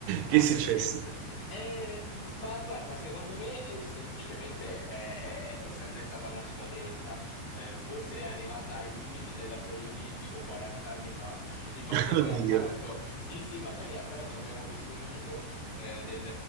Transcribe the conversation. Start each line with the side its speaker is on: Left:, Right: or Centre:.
Left: Anche
Right: Che è successo?
Left: perché, st- eh, ma guarda, secondo me eh, semplicemente è, è- è sempre stata una squadretta, eh, forse è arrivata ai limiti della Serie B tipo 40 anni fa. Infatti
Right: <laughs>
Left: noi
Right: Oddio.
Left: a Taranto, sì sì, ma noi a Taranto abbiamo questo mito eh, del